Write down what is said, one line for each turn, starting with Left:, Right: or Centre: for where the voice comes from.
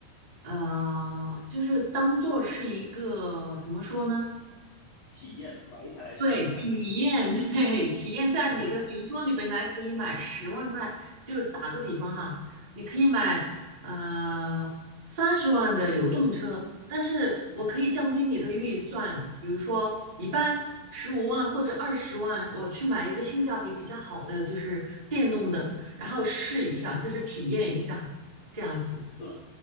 Right: 呃，就是当做是一个怎么说呢？
Left: 体验，买一台来试试看。
Right: 对，体验，<laughs> 对，体验在你的，
Left: <laughs>
Right: 比如说你本来可以买十万块，就是打个比方哈，你可以买呃三十万的油动车，但是我可以降低你的预算，比如说一般十五万或者二十万，我去买一个性价比比较好的，就是电动的，然后试一下，就是体验一下，这样子。
Left: 对。